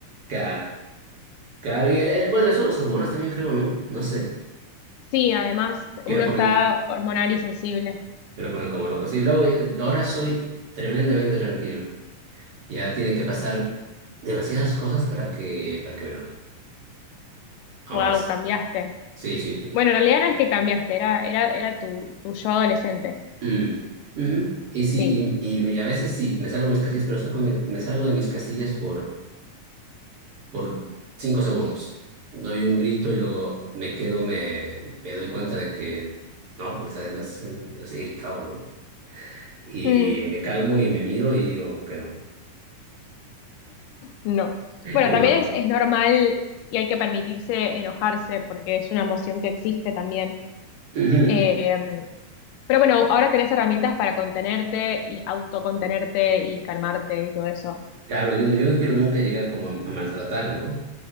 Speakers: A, on the right; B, on the left.
A: Claro, claro. Y era- era- bueno, son las hormonas también, creo, ¿no? No sé.
B: Sí, además
A: Que
B: uno
A: lo ponen,
B: está hormonal y sensible.
A: que lo ponen como loco. Sí, luego eh, ahora soy tremendamente tranquilo. Ya tiene que pasar demasiadas cosas para que, para que me enoje. Ahora
B: Wow,
A: sí.
B: cambiaste.
A: Sí, sí, sí.
B: Bueno, en realidad no es que cambiaste, era, era, era tu, tu yo adolescente.
A: Mm, mm. Y sí,
B: Sí.
A: y, y, y a veces sí, me salgo de mis casillas, pero saco- me salgo de mis casillas por... por cinco segundos. Doy un grito y luego me quedo, me, me doy cuenta de que, no, pues además eh, pues, he gritado, ¿no? Y
B: Mm,
A: me calmo y me miro y digo que no,
B: no. Bueno,
A: que no.
B: también es, es normal y hay que permitirse enojarse porque es una emoción que existe también.
A: Ujú.
B: Eh, pero bueno, ahora tenés herramientas para contenerte y autocontenerte y calmarte y todo eso.
A: Claro, yo no, yo no quiero nunca llegar como a, a maltratar, ¿no?